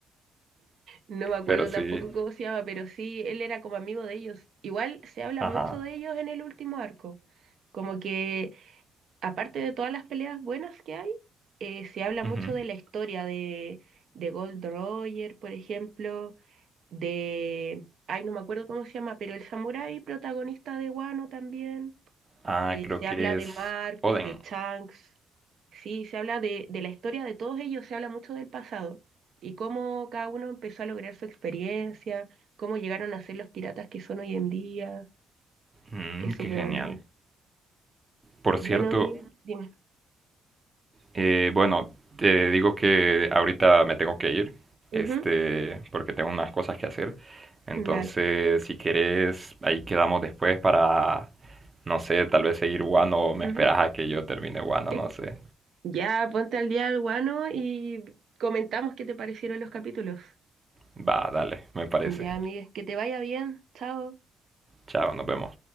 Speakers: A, on the right (about 65°); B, on the right (about 25°).
A: No me acuerdo
B: Pero sí,
A: tampoco cómo se llama, pero sí, él era como amigo de ellos. Igual se habla
B: Ajá.
A: mucho de ellos en el último arco. Como que, aparte de todas las peleas buenas que hay, eh, se habla mucho
B: ujú.
A: de la historia de, de Gold Roger, por ejemplo, de... Ay, no me acuerdo cómo se llama, pero el samurái protagonista de Wano también.
B: Ah,
A: eh,
B: creo
A: se
B: que
A: habla de
B: es
A: Marco,
B: Oden.
A: de Chunks, sí, se habla de, de la historia de todos ellos, se habla mucho del pasado y cómo cada uno empezó a lograr su experiencia, cómo llegaron a ser los piratas que son hoy en día.
B: Mm,
A: Es súper
B: qué genial.
A: bueno, la verdad.
B: Por
A: Bueno,
B: cierto,
A: mi, dime.
B: eh, bueno, te digo que ahorita me tengo que ir, este,
A: Ujú,
B: porque tengo unas cosas que hacer. Entonces,
A: Dale.
B: si querés, ahí quedamos después para, no sé, tal vez seguir Wano o me
A: ujú.
B: esperas a que yo termine Wano,
A: <laughs>
B: no sé.
A: Ya, ponte al día al guano y comentamos qué te parecieron los capítulos.
B: Va, dale, me parece.
A: Ya, amigues, que te vaya bien. Chao.
B: Chao, nos vemos.